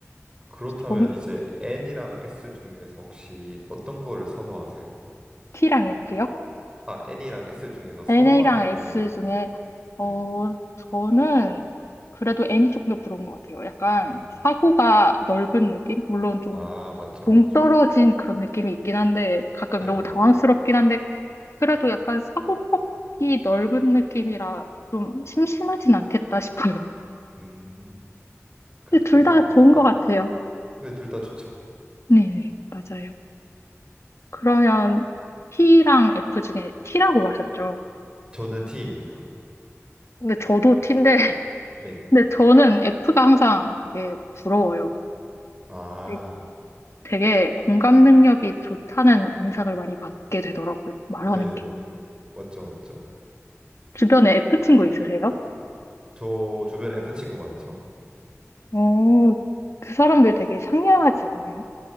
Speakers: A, on the right; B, on the left.
A: 그렇다면
B: 전,
A: 이제 N이랑 S 중에서 혹시 어떤 거를 선호하세요?
B: T랑 F요?
A: 아, N이랑 S 중에서 선호하는
B: n 이랑
A: 것은
B: S 중에, 어,
A: 네,
B: 저는 그래도 N이 조금 더 부러운 것 같아요. 약간
A: 음,
B: 사고가 넓은 느낌? 물론 좀
A: 아, 맞죠,
B: 동떨어진
A: 맞죠.
B: 그런 느낌이 있긴 한데 가끔
A: 네네.
B: 너무 당황스럽긴 한데 그래도 약간 사고폭이 넓은 느낌이라 좀 심심하진 않겠다 싶어요.
A: 음, 그렇게
B: 근데 둘
A: 생각할
B: 다 좋은
A: 수 있겠네.
B: 것 같아요.
A: 네, 둘 다 좋죠.
B: 네네, 맞아요. 그러면 t 랑 F 중에 T라고 하셨죠?
A: 저는 T입니다.
B: 근데 저도 T인데 <laughs>
A: 네.
B: 근데 저는 F가 항상 되게 부러워요.
A: 아,
B: 되게 되게 공감 능력이 좋다는 인상을 많이 받게 되더라고요. 말하는
A: 네네.
B: 게.
A: 맞죠, 맞죠.
B: 주변에 F 친구 있으세요?
A: 저 주변에 F 친구 많죠. 네.
B: 어, 그 사람들 되게 상냥하지 않아요?